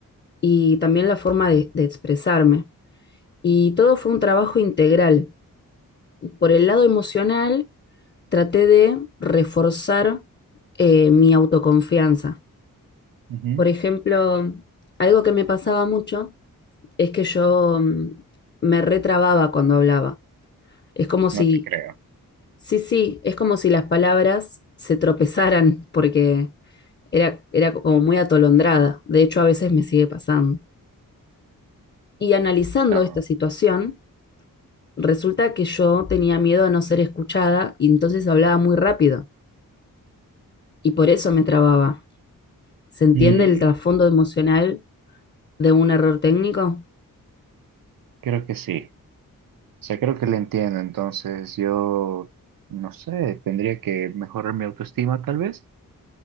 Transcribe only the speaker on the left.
y también la forma de, de expresarme. Y todo fue un trabajo integral Por el lado emocional, traté de reforzar eh, mi autoconfianza.
Por ejemplo, algo que me pasaba mucho es que yo mm, me retrababa cuando hablaba. Es como si,
sí, sí, es como si las palabras se tropezaran porque era, era como muy atolondrada. De hecho, a veces me sigue pasando. Y analizando
esta situación, resulta que yo tenía miedo a no ser escuchada y entonces hablaba muy rápido y por eso me trababa. ¿Se entiende
el trasfondo emocional de un error técnico?